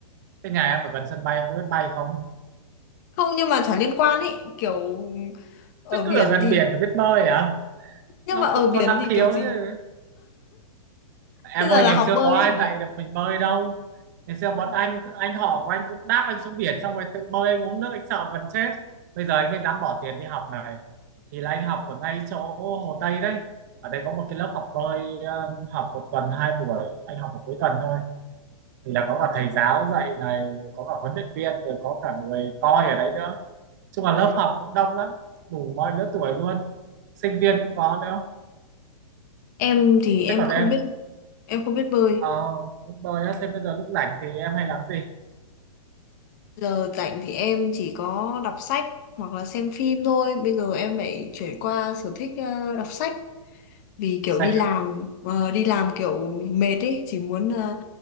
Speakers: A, on the right; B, on the left.
A: cái nhà em ở gần sân bay em có biết bay không
B: Không, nhưng mà chả liên quan ấy, kiểu ở
A: chứ
B: biển
A: cứ ở gần
B: thì...
A: biển phải biết bơi à
B: Nhưng
A: nó
B: mà ở
A: cũng
B: biển
A: còn năng
B: thì
A: khiếu
B: kiểu gì?
A: chứ Em
B: Thế giờ
A: ơi
B: là
A: ngày
B: học
A: xưa
B: bơi
A: có ai
B: ấy hả?
A: dạy được mình bơi đâu Ngày xưa
B: Ừ.
A: bọn anh Anh họ của anh cũng đáp anh xuống biển Xong rồi tự bơi anh uống nước anh sợ gần chết Bây giờ anh mới dám bỏ tiền đi học này Thì là anh học ở ngay chỗ Hồ Tây đấy Ở đây có một cái lớp học bơi um, Học một tuần hai buổi Anh học một cuối tuần thôi Thì là có cả thầy giáo dạy này Có cả huấn luyện viên Rồi có cả người coi ở đấy nữa Chung là
B: Ừ.
A: lớp học cũng đông lắm Đủ mọi lứa tuổi luôn Sinh viên cũng có nữa
B: Em thì em
A: Thế còn
B: không
A: em
B: biết, em không biết bơi.
A: Ờ, bơi á, thế bây giờ lúc rảnh thì em hay làm gì
B: Giờ rảnh thì em chỉ có đọc sách hoặc là xem phim thôi. Bây giờ em lại chuyển qua sở thích ờ, đọc sách vì kiểu
A: sao
B: đi làm ờ, đi làm kiểu mệt ấy, chỉ muốn ờ,